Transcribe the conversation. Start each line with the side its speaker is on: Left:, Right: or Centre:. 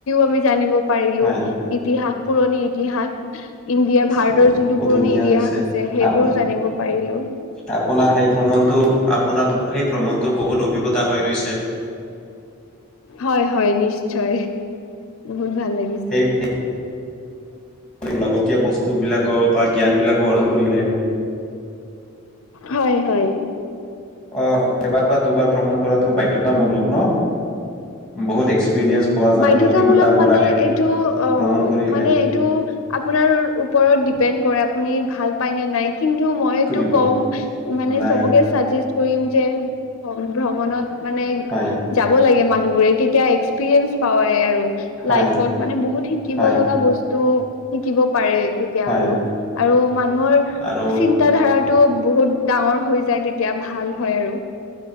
Left: আমি জানিব পাৰিলো
Centre: হয়
Left: ইতিহাস পুৰণি ইতিহাস এতিয়া ভাৰতৰ
Centre: নিশ্চয়।
Left: যোনটো
Centre: বহুত
Left: পুৰণি
Centre: ধুনীয়া
Left: ইতিহাস
Centre: হৈছে
Left: আছে সেইবোৰো
Centre: আপ
Left: জানিব পাৰিলোঁ।
Centre: আপোনাৰ সেই ভ্ৰমণতটো আপোনাৰ সেই ভ্ৰমণতটো বহুত অভিজ্ঞতা হৈ ৰৈছে।
Left: হয়, হয় নিশ্চয় বহুত ভাল লাগিল।
Centre: <inaudible> লাগতীয় বস্তু বিলাকো বা জ্ঞান বিলাকো আহৰণ কৰিলে।
Left: হয়, হয়।
Centre: অ', এবাৰ বা দুবাৰ ভ্ৰমণ কৰাটো বাধ্যতামূলক, ন বহুত এক্সপিৰিয়েঞ্চ পোৱা যায়
Left: বাধ্যতামূলক
Centre: অভিজ্ঞতাবোৰ
Left: মানে
Centre: আহে
Left: এইটো অ',
Centre: ভ্ৰমণ কৰিলে
Left: মানে টো আপোনাৰ ওপৰত দিপেন কৰে আপুনি ভাল পায় নে নাই
Centre: কৰিব
Left: টো কম মানে
Centre: নাই
Left: চবকে চাজেষ্ট কৰিম যে। ভ্ৰমণত মানে
Centre: হয়
Left: যাব লাগে মানুহ বোৰে তেতিয়া এক্সপিৰিয়েঞ্চ পাৱাই আৰু।
Centre: হয়
Left: লাইফত মানে বহুত শিকিব
Centre: হয়
Left: লগা বস্তু শিকিব পাৰে। এতিয়া
Centre: হয়
Left: আৰু আৰু মানুহৰ
Centre: আৰু
Left: চিন্ত ধাৰাটো বহুত ডাঙৰ হৈ যায় তেতিয়া ভাল হয় আৰু